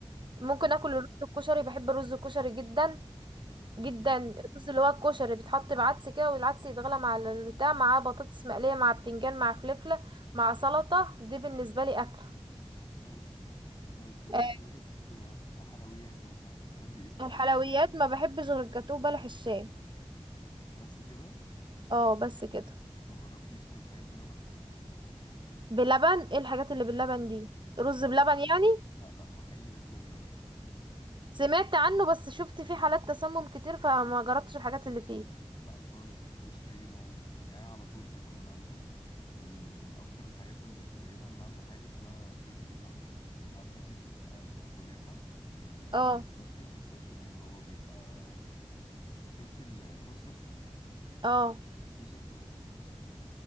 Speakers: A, on the right; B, on the left.
A: ممكن
B: مم.
A: اكل الرز الكشري بحب الرز الكشري جدا جدا
B: مم.
A: الرز اللي هو الكشري بيتحط بعدس كده والعدس يتغلى مع البتاع مع بطاطس مقليه مع بتنجان مع فلفله مع سلطه دي بالنسبه لي اكل
B: مم. طيب بالنسبة
A: آه،
B: لك آه، كحلويات مثلا تحبي ايه في الحلويات
A: الحلويات ما بحبش غير الجاتوه بلح الشاي
B: بس كده
A: اه بس كده
B: ما جربتيش طيب حاجات بلبن
A: بلبن ايه الحاجات اللي باللبن دي رز
B: لا
A: بلبن يعني
B: لا لا محل اسمه بلبن
A: سمعت عنه بس شفت فيه حالات تسمم كتير فما جربتش الحاجات اللي فيه
B: لا خالص ما فيهوش اي نوع من يعني أنا على طول باكل من عنده من اكتر الحاجات اللي اللي بجيبها من عنده حاجه اسمها كيكه الهبه الهبه دي بتبقى كنافه بال...
A: اه
B: بالبيستاشيو البيستاشيو ده اللي هو بيبقى شفتي ال- الفستق
A: اه
B: صوص الفستق